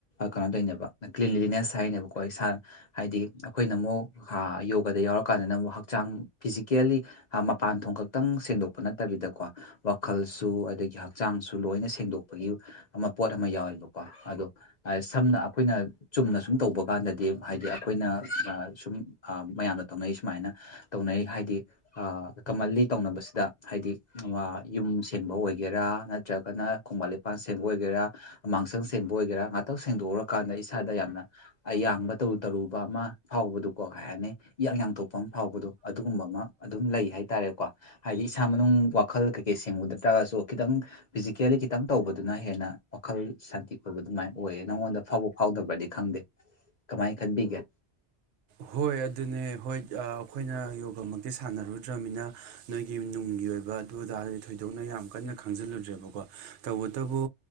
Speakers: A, on the left; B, on the right.
A: ꯀꯩꯅꯣ ꯇꯣꯏꯅꯦꯕ ꯀ꯭ꯂꯤꯟꯂꯤꯅꯦꯁ ꯍꯥꯏꯅꯦꯕꯀꯣ ꯏꯁꯥ ꯍꯥꯏꯗꯤ ꯑꯩꯈꯣꯏꯅ ꯑꯃꯨꯛ <unintelligible> ꯌꯣꯒꯗ ꯌꯥꯎꯔꯀꯥꯟꯗꯅ ꯑꯃꯨꯛ ꯍꯛꯆꯥꯡ ꯐꯤꯖꯤꯀꯦꯜꯂꯤ ꯃꯄꯥꯟ ꯊꯣꯡ ꯈꯛꯇꯪ ꯁꯦꯡꯗꯣꯛꯄ ꯅꯠꯇꯕꯤꯗꯀꯣ ꯋꯥꯈꯜꯁꯨ ꯑꯗꯒꯤ ꯍꯛꯆꯥꯡꯁꯨ ꯂꯣꯏꯅ ꯁꯦꯡꯗꯣꯛꯄꯒꯤ ꯑꯃ ꯄꯣꯠ ꯑꯃ ꯌꯥꯎꯋꯦ ꯀꯣ ꯑꯗꯣ ꯁꯝꯅ ꯑꯩꯈꯣꯏꯅ ꯆꯨꯝꯅ ꯁꯨꯝ ꯇꯧꯕ ꯀꯥꯟꯗꯗꯤ ꯍꯥꯏꯗꯤ ꯑꯩꯈꯣꯏꯅ ꯁꯨꯝ ꯃꯌꯥꯝꯅ ꯇꯧꯅꯩ ꯁꯨꯃꯥꯏꯅ ꯇꯧꯅꯩ ꯍꯥꯏꯗꯤ ꯀꯃꯟꯂꯤ ꯇꯧꯅꯕꯁꯤꯗ ꯍꯥꯏꯗꯤ <unintelligible> ꯌꯨꯝ ꯁꯦꯡꯕ ꯑꯣꯏꯒꯦꯔꯥ ꯅꯠꯇ꯭ꯔꯒꯅ ꯈꯣꯡꯕꯥꯟ ꯂꯤꯄꯥꯟ ꯁꯦꯡꯕ ꯑꯣꯏꯒꯦꯔꯥ ꯑꯃꯥꯡꯁꯪ ꯁꯦꯡꯕ ꯑꯣꯏꯒꯦꯔꯥ ꯉꯥꯛꯇꯪ ꯁꯦꯡꯗꯣꯛꯎꯔꯀꯥꯟꯗ ꯏꯁꯥꯗ ꯌꯥꯝꯅ ꯑꯌꯥꯡꯕ ꯇꯔꯨ ꯇꯔꯨꯕ ꯑꯃ ꯐꯥꯎꯕꯗꯨ ꯀꯣ ꯀꯩ ꯍꯥꯏꯅꯤ ꯏꯌꯥꯡ ꯌꯥꯡꯊꯣꯛꯄ ꯑꯃ ꯐꯥꯎꯕꯗꯣ ꯑꯗꯨꯒꯨꯝꯕ ꯑꯃ ꯑꯗꯨꯝ ꯂꯩ ꯍꯥꯏꯇꯥꯔꯦꯀꯣ ꯍꯥꯏꯗꯤ ꯏꯁꯥ ꯏꯁꯥ ꯃꯅꯨꯡ ꯋꯥꯈꯜ ꯀꯩꯀꯩ ꯁꯦꯡꯕ ꯅꯠꯇꯥꯔꯒꯁꯨ ꯈꯤꯇꯪ ꯐꯤꯖꯤꯀꯦꯜꯂꯤ ꯈꯤꯇꯪ ꯇꯧꯕꯗꯨꯅ ꯍꯦꯟꯅ ꯋꯥꯈꯜ ꯁꯥꯟꯇꯤ <unintelligible> ꯑꯗꯨꯃꯥꯏꯅ ꯑꯣꯏꯌꯦ ꯅꯪꯉꯣꯟꯗ ꯐꯥꯎꯕ ꯐꯥꯎꯗꯕ꯭ꯔꯗꯤ ꯈꯪꯗꯦ ꯀꯃꯥꯏꯅ ꯈꯟꯕꯤꯒꯦ
B: ꯍꯣꯏ ꯑꯗꯨꯅꯦ ꯍꯣꯏ ꯑꯩꯈꯣꯏꯅ ꯌꯣꯒꯃꯛꯇꯤ ꯁꯥꯟꯅꯔꯨꯗ꯭ꯔꯃꯤꯅ ꯅꯣꯏꯒꯤ ꯅꯨꯡꯒꯤ ꯑꯣꯏꯕ ꯑꯗꯨ ꯑꯗꯥꯗꯤ ꯊꯣꯏꯗꯣꯛꯅ ꯌꯥꯝ ꯀꯟꯅ ꯈꯪꯖꯤꯜꯂꯨꯗ꯭ꯔꯦꯕꯀꯣ ꯇꯧꯕꯇꯕꯨ